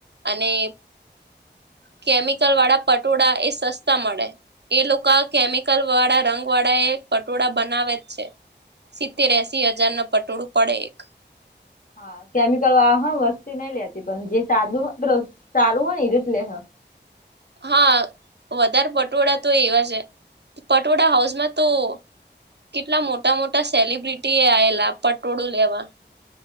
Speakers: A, on the right; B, on the left.
A: અને કેમિકલ વાળા પટોળા એ સસ્તા મળે એ લોકો કેમિકલ વાળા રંગ વાળા એ પટોળા બનાવે જ છે, સિત્તેર એસી હજાર ન પટોળું પડે એક
B: હા, કેમિકલ વાહન વસ્તી નહી લેતી પણ જે સાદું સારું હોય ને એ રીત લે
A: હા, વધારે પટોળ તો એવા છે, પટોળ હાઉસમાં તો કેટલા મોટા મોટા સેલિબ્રિટી આવેલા પટોળું લેવા